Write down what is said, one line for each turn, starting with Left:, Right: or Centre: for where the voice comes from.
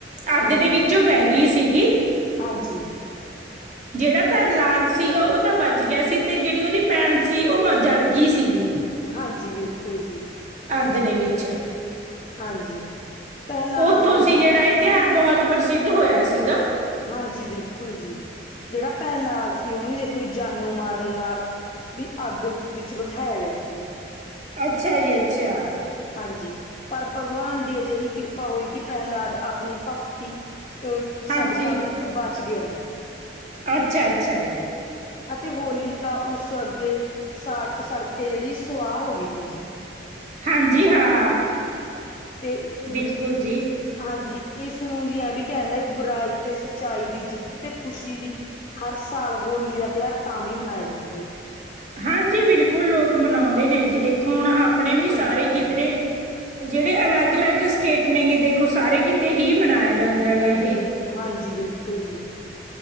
Right: ਅੱਗ
Left: ਹਾਂਜੀ
Right: ਦੇ ਵਿੱਚੋਂ ਬਹਿ ਗਈ ਸੀਗੀ।
Left: ਹਾਂਜੀ।
Right: ਜਿਹੜਾ ਪ੍ਰਹਿਲਾਦ ਸੀਗਾ ਉਹ ਤਾਂ ਬਚ ਗਿਆ ਸੀ ਤੇ ਜਿਹੜੀ ਉਹਦੀ ਭੈਣ ਸੀ ਉਹ ਜਲ ਗਈ ਸੀਗੀ।
Left: ਹਾਂਜੀ ਬਿਲਕੁਲ।
Right: ਅੱਗ ਦੇ ਵਿੱਚ।
Left: ਹਾਂਜੀ ਪ੍ਰਹਿਲਾਦ
Right: ਉੱਥੋਂ
Left: ਨੂੰ ਜਾਨ।
Right: ਸੀ ਜਿਹੜਾ ਇਹ ਤਿਉਹਾਰ ਬਹੁਤ ਪ੍ਰਸਿੱਧ ਹੋਇਆ ਸੀਗਾ।
Left: ਹਾਂਜੀ ਬਿਲਕੁਲ ਜੀ ਜਿਹੜਾ ਪ੍ਰਹਿਲਾਦ ਸੀ ਉਹਨੂੰ ਵੀ ਦੇਖੋ ਜਾਨੋ ਮਾਰਨ ਨਾਲ। ਵੀ ਅੱਗ ਵਿੱਚ ਬਿਠਾਇਆ ਗਿਆ ਸੀਗਾ।
Right: ਅੱਛਾ ਜੀ ਅੱਛਾ।
Left: ਹਾਂਜੀ ਪਰ ਭਗਵਾਨ ਦੀ ਅਜਿਹੀ ਕਿਰਪਾ ਹੋਈ ਕਿ ਪ੍ਰਹਿਲਾਦ ਆਪਣੀ ਭਗਤੀ। ਅ
Right: ਹਾਂਜੀ
Left: ਸਦਕਾ ਵੀ ਇੱਕ ਬਚ ਗਿਆ ਜੀ।
Right: ਅੱਛਾ-ਅੱਛਾ ਜੀ।
Left: ਅਤੇ ਹੋਲਿਕਾ ਉਸ ਅੱਗੇ ਸ ਸੜਕੇ ਜਿਹੜੀ ਸਵਾਹ ਹੋ ਗਈ ਸੀ।
Right: ਹਾਂਜੀ ਹਾਂ।
Left: ਤੇ ਇਹ।
Right: ਬਿਲਕੁਲ ਜੀ
Left: ਹਾਂਜੀ ਇਸਨੂੰ ਜੀ ਐ ਵੀ ਕਹਿਦਾ ਬੁਰਾਈ ਤੇ ਸੱਚਾਈ ਦੀ ਜਿੱਤ ਤੇ ਖ਼ੁਸ਼ੀ ਦੀ। ਹਰ ਸਾਲ ਹੋਲੀ ਦਾ ਤਿਉਹਾਰ ਤਾਂ ਵੀ ਮਨਾਇਆ ਜਾਂਦਾ।
Right: ਹਾਂਜੀ ਬਿਲਕੁਲ ਲੋਕ ਮਨਾਉਂਦੇ ਨੇ ਜੀ ਦੇਖੋ ਹੁਣ ਆਪਣੇ ਵੀ
Left: ਹਾਂਜੀ
Right: ਸਾਰੇ ਕਿਧਰੇ। ਜਿਹੜੇ ਅਲੱਗ-ਅਲੱਗ ਸਟੇਟ ਨੇ ਗ ਦੇਖੋ ਸਾਰੇ ਕਿਤੇ ਹੀ ਮਨਾਇਆ ਜਾਂਦਾ ਹੈਗਾ ਇਹ।
Left: ਹਾਂਜੀ ਬਿਲਕੁਲ ਜੀ।